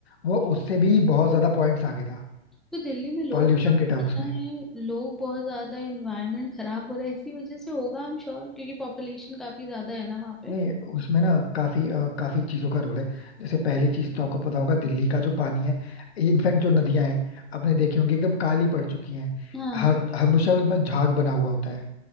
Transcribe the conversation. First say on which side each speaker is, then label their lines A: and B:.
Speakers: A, on the left; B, in the centre.
A: वो उससे भी बहुत ज्यादा पॉइंट्स आगे था
B: तो दिल्ली में लोग
A: पॉल्यूशन
B: बहुत
A: के टर्म्स
B: ज्यादा
A: में
B: हैं लोग बहुत ज्यादा एनवायरनमेंट खराब हो रहा है इसी वजह से होगा आई एम श्योर क्योंकि पॉपुलेशन काफी ज्यादा है ना वहाँ पे
A: नहीं उसमें ना काफी अ, काफी चीजों का रोल है जैसे पहली चीज तो आपको पता होगा दिल्ली का जो पानी है इनफैक्ट जो नदियां हैं आपने देखी होंगी एकदम काली पड़ चुकी हैं
B: हाँ
A: हर हमेशा उसमें झाग बना हुआ होता है